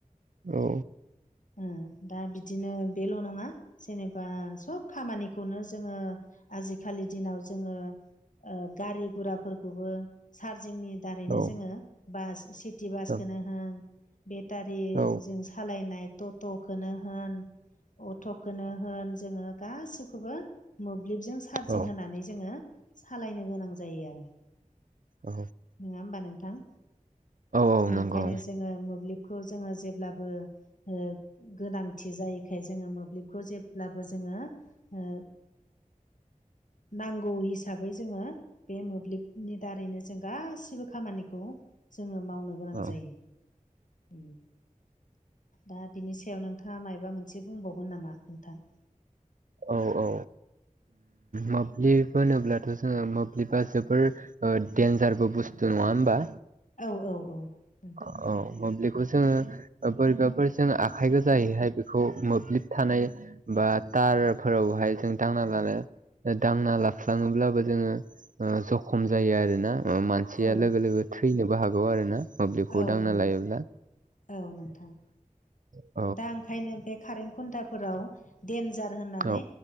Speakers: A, on the right (about 65°); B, on the left (about 65°).
A: औ
B: ओ दा बिदिनो बेल' नङा जेनेबा सब खामानिखौनो जोङो आजिखालि दिनाव जोङो ओ गारि गुराफोरखौबो चारजिंनि दारैनो
A: औ
B: जोङो बास सिटि बासखौनो
A: औ
B: होन बेटारि
A: औ
B: जों नाय टट खोनो होन अटखोनो होन जोङो गासिब खौबो मोब्लिबजों सार्जिं
A: औ
B: होनानै जोङो सालायनो गोनां जायो आरो
A: अ
B: नङा होमबा नोंथां
A: औ
B: दा
A: नंगौ
B: ओंखायनो जोङो मोब्लिबखौ जोङो जेब्लाबो ओ गोनांथि जायोखाय जोङो मोब्लिबखौ जेब्लाबो जोङो ओ नांगौ हिसाबै जोङो बे मोब्लिबनि दारैनो जों गासिबो खामानिखौ जोङो मावनो गोनां
A: औ
B: जायो उम दा बिनि सायाव नोंथाङा मायबा मोनसे बुंबावगोन नामा नोंथां
A: औ औ मोब्लिब उम होनोब्लाथ' जोङो मोब्लिबा जोबोर ओ दन्जारबो बुस्थु नङा होमबा
B: औ औ औ नोंथां
A: औ मोब्लिखौ जोङो बोरैबाफोर जों आखाइ गोजायैहाय बेखौ मोब्लिब थानाय बा तारफोरावहाय जों दांना लानो दांना लाफ्लाङोब्लाबो जोङो ओ जखम जायो आरो ना ओ मानसिया
B: औ
A: लोगो लोगो थैनोबो हागौ आरो ना मोब्लिबखौ
B: औ
A: दांना
B: औ नोंथां
A: लायोब्ला
B: औ नोंथां
A: औ
B: दा ओंखायनो बे कारेन्ट खुन्थाफोराव देनजार होननानै
A: औ